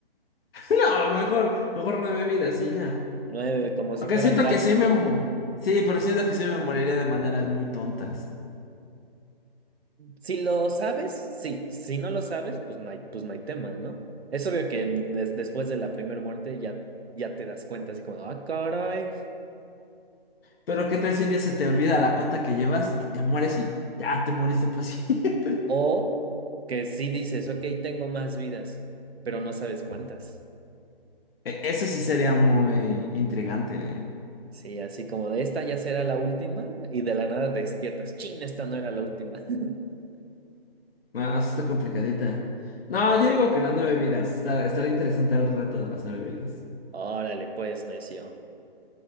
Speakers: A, on the left; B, on the right.
A: <laughs> No, mejor, mejor no bebidas y ya.
B: <laughs> Nueve, como
A: Aunque
B: si fueras
A: siento
B: gato.
A: que sí me... mu- Sí, pero siento que sí me moriría de maneras muy tontas.
B: Si lo sabes, sí. Si no lo sabes, pues no hay, pues no hay tema, ¿no? Es obvio que en- des- después de la primera muerte ya, ya te das cuenta así como, ah, caray.
A: Pero qué tal si un día se te olvida la cuenta que llevas y te mueres y ya te moriste para <laughs> siempre.
B: O que sí dices, ok, tengo más vidas, pero no sabes cuántas.
A: E- Eso sí sería muy intrigante, ¿eh?
B: Sí, así como de esta ya será la última y de la nada despiertas. Chin, esta no era la última. <laughs>
A: No, sí está complicadita. No, yo digo que las nueve vidas. Estará, estará interesante el reto de las nueve vidas.
B: Órale, pues, necio.